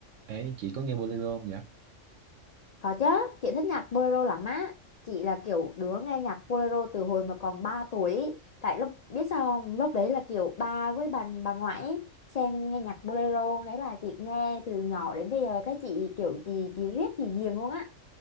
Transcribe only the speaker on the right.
Ê, chị có nghe bolero không vậy?